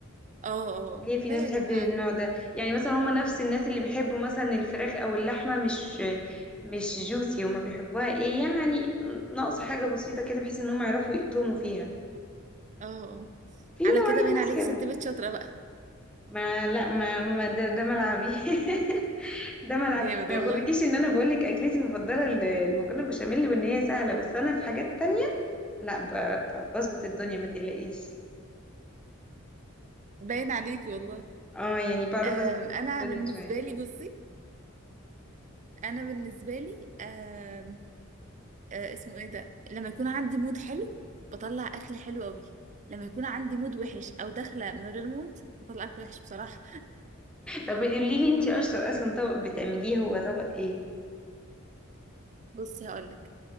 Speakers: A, on the right (about 35°); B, in the centre.
A: اه اه
B: هي في ناس
A: ده يا
B: بتحب
A: جماعه
B: النوع ده يعني مثلا هما نفس الناس اللي بيحبوا مثلا الفراخ او اللحمه مش مش جوسي وما بيحبوها ايه يعني ناقصه حاجه بسيطه كده بحيث ان هم يعرفوا يقطموا فيها
A: اه اه آه.
B: في نوعيه
A: على كده باين عليك
B: ناس كده
A: ست بيت شاطره بقى
B: ما لا ما, ما ده, ده ملعبي <laughs> ده ملعبي
A: جامد
B: ما
A: والله
B: يغركيش ان انا بقول لك اكلتي المفضله ال- المكرونه بالبشاميل وان هي سهله بس انا في حاجات تانية لا ب- ب- بظبط الدنيا ما تقلقيش
A: باين عليك والله
B: اه يعني بعرف
A: أم...
B: اظبط
A: انا
B: الدنيا
A: بالنسبه
B: شويه
A: لي بصي انا بالنسبه لي آه اسمه ايه ده لما يكون عندي مود حلو بطلع اكل حلو قوي لما يكون عندي مود وحش او داخله من غير مود بطلع اكل وحش بصراحه
B: طب قولي لي انتي اشطر اصلا طبق بتعمليه هو طبق ايه
A: بصي هقولك